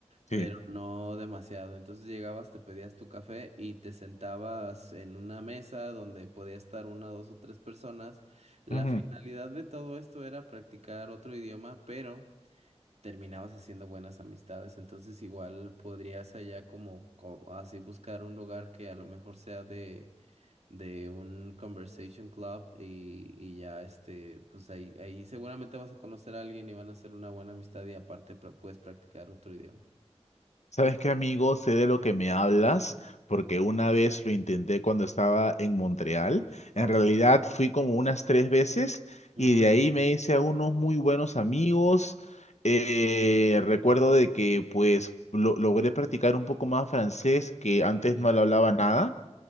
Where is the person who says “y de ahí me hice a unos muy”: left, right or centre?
Left